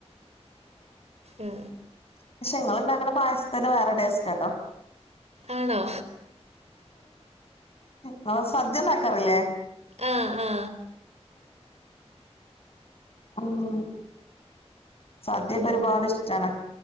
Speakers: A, on the right (about 70°); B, on the left (about 60°).
A: ആ.
B: പക്ഷെ നിങ്ങൾ ഉണ്ടാക്കുന്ന പായസത്തിന് വേറെ ടേസ്റ്റ്ട്ടോ
A: ആണോ
B: നമ്മള് സദ്യയുണ്ടാക്കാറില്ലേ
A: ആ ആ
B: ഉം സദ്യയക്കൊ
A: ഉം.
B: ഒരുപാട് ഇഷ്ടാണ്